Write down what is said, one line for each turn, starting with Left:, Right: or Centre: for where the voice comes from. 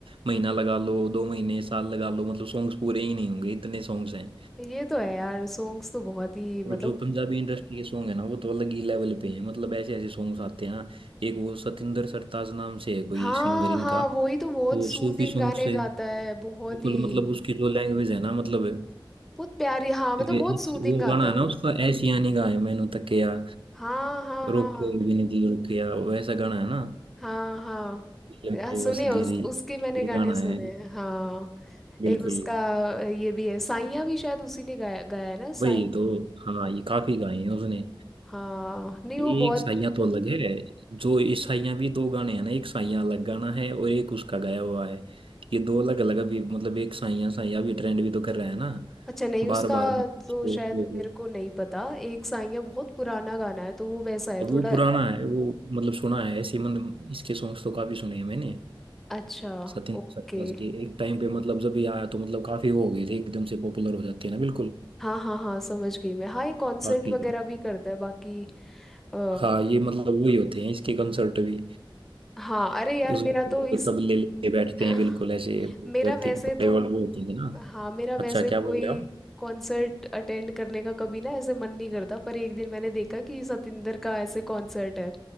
Right: महीना लगा लो दो महीने साल लगा लो मतलब सॉन्ग्स पूरे ही नहीं होंगे इतने सॉन्ग्स हैं
Centre: ये तो है यार सॉन्ग्स तो बहुत ही मतलब
Right: और जो पंजाबी इंडस्ट्री के सॉन्ग है ना वो तो अलग ही लेवल पे हैं मतलब ऐसे ऐसे सॉन्ग्स आते हैं ना एक वो सतिंदर सरताज नाम से है कोई
Centre: हाँ
Right: सिंगर इनका
Centre: हाँ वो ही तो बहुत
Right: तो
Centre: सूदिंग
Right: सूफी सॉन्ग
Centre: गाने
Right: से
Centre: गाता है बहुत
Right: बिल्कुल
Centre: ही
Right: मतलब उसकी जो लैंग्वेज है ना मतलब वे
Centre: बहुत प्यारी हाँ मतलब
Right: वो
Centre: बहुत सूदिंग गाता
Right: गाना
Centre: है
Right: है ना
Centre: वो
Right: उसका ऐसी यानी गाए मैनू तकिया
Centre: हाँ हाँ हाँ
Right: रोके बिन जी रुकिया वैसा गाना है ना
Centre: हाँ हाँ
Right: ये मेरी
Centre: आ, सुने
Right: वसदीरी
Centre: उस उसके मैंने
Right: ये
Centre: गाने
Right: गाना
Centre: सुने
Right: है
Centre: हैं, हाँ
Right: बिल्कुल
Centre: एक उसका ये भी है साइया भी शायद उसी ने गाया गाया है ना साई
Right: वही तो हाँ ये काफी गाए हैं उसने
Centre: हाँ नहीं
Right: ये
Centre: वो बहुत
Right: एक साइया तो अलग है जो इस साइया भी दो गाने हैं ना एक साइया अलग गाना है और एक उसका गाया हुआ है ये दो अलग अलग अभी मतलब एक साइया साइया अभी ट्रेंड भी तो कर रहा है ना
Centre: अच्छा नहीं
Right: बार
Centre: उसका
Right: बार मतलब
Centre: तो
Right: उसको-
Centre: शायद
Right: वो-
Centre: मेरे को नहीं पता एक साइया बहुत पुराना गाना है तो वो वैसा है
Right: अब
Centre: थोड़ा
Right: वो पुराना है वो मतलब सुना है ऐसे मतलब इसके सॉन्ग्स तो काफी सुने हैं मैंने
Centre: अच्छा
Right: सतिंद्र
Centre: ओके
Right: सरताज के एक टाइम पे मतलब जब ये आया तो मतलब काफी वो हो गए थे एकदम से पॉपुलर हो जाते हैं ना बिल्कुल
Centre: हाँ हाँ हाँ समझ गई मैं हाँ ये कॉन्सर्ट
Right: काफी
Centre: वगैरह भी करता है बाकी आ,
Right: हाँ ये मतलब वही होते हैं इसके कंसर्ट भी
Centre: हाँ अरे यार
Right: उसमें
Centre: मेरा तो
Right: मतलब
Centre: इस
Right: तबले लेके बैठते
Centre: <laughs>
Right: हैं बिल्कुल ऐसे
Centre: मेरा
Right: वैसे
Centre: वैसे
Right: बड़े
Centre: तो
Right: वाले वो होते हैं ना
Centre: हाँ मेरा वैसे
Right: अच्छा क्या
Centre: कोई
Right: बोल रहे हो आप
Centre: कॉन्सर्ट अटेंड करने का कभी ना ऐसे मन नहीं करता पर एक दिन मैंने देखा कि सतिंदर का ऐसे कॉन्सर्ट है